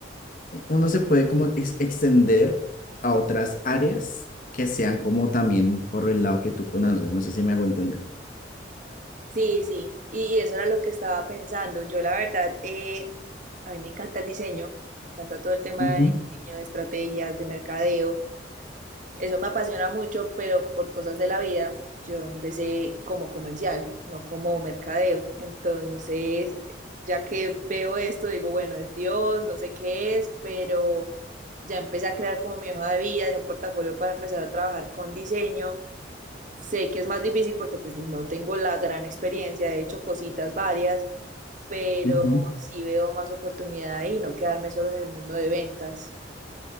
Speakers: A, on the left; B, on the right.
A: uno se puede como ex- extender a otras áreas que sean como también por el lado que tú conoces. No sé si me hago entender.
B: Sí, sí, y, y eso era lo que estaba pensando. Yo la verdad, eh, a mí me encanta el diseño, me encanta todo el tema
A: Ujú,
B: de diseño, de estrategias, de mercadeo. Eso me apasiona mucho, pero por cosas de la vida, yo empecé como comercial, no como mercadeo. Entonces, ya que veo esto, digo, bueno, es Dios, no sé qué es, pero ya empecé a crear como mi hoja de vida, de un portafolio para empezar a trabajar con diseño. Sé que es más difícil porque pues no tengo la gran experiencia, he hecho cositas varias, pero
A: ujú.
B: sí veo más oportunidad ahí, no quedarme solo en el mundo de ventas.